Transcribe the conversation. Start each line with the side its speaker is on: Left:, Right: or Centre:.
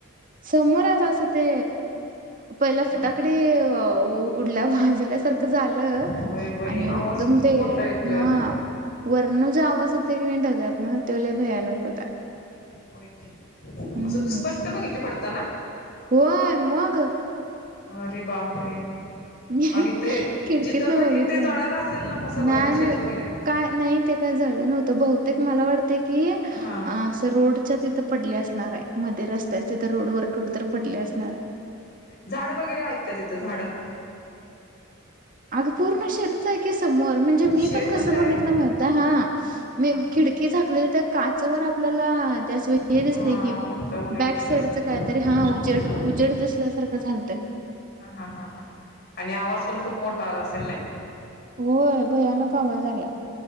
Right: समोरच अस ते पहिला
Left: हा
Right: फटाकडी उडल्या भाजल्यासारखं झालं
Left: होय बाई
Right: आणि एकदम
Left: आवाज खूप
Right: ते
Left: मोठा येतोय
Right: हां
Left: अगं.
Right: वरन जो आवाज येतोय की नाही ढगातन त्यो लई भयानक होता.
Left: होय की,
Right: हम्म
Left: असं तू स्पष्ट बघितली पडताना?
Right: होय मग!
Left: अरे बाप रे.
Right: मी
Left: आणि ते
Right: खिडकीत
Left: जिथं
Right: न
Left: पडली
Right: बघितले
Left: ते जळाल
Right: मग
Left: असेल ना मग सगळं
Right: नाही नाही
Left: शेत वगैरे?
Right: काय नाही ते काय जळलं नव्हतं बहुतेक मला वाटतंय की त्या
Left: हा
Right: रोडच्या तिथं पडली असणार आहे, मध्ये रस्त्याच्या तिथं रोड वर कुठं तर पडली असणार आहे.
Left: झाडं वगैरे आहेत का तिथं झाडं?
Right: अगं पूर्ण शेतच आहे की समोर म्हण जे मी
Left: शेतच
Right: पण कसं
Left: आहे
Right: बघितलं
Left: व्हय
Right: माहितीये हां मी
Left: हा
Right: खिडकी झाकलेली तर काचवर आपल्याला ते अस हे दिसतंय
Left: हा
Right: की
Left: मोठा उजेड
Right: बॅक
Left: दिसला
Right: साईडच
Left: असेल तुला
Right: काय तर ते हां उजेड
Left: हा
Right: उजेड दिसल्यासारखं झालतं.
Left: हां हां हां हां आणि आवाज पण खूप मोठा आला असेल नाही?
Right: होय भयानक आवाज आला.